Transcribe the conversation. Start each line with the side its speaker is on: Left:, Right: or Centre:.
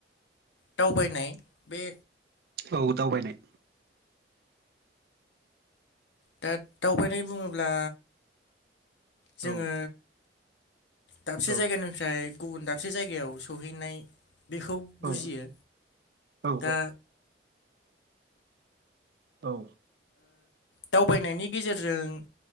Left: दावबायनाय बे
Right: औ दावबायनाय
Left: दा दावबायनाय बुङोब्ला जोङो
Right: औ
Left: दाबसे
Right: औ
Left: जायगानिफ्राय गुबुन दाबसे जायगायाव सहैनाय बेखौ
Right: औ
Left: बुजियो
Right: औ
Left: दा
Right: औ
Left: दावबायनायनि गेजेरजों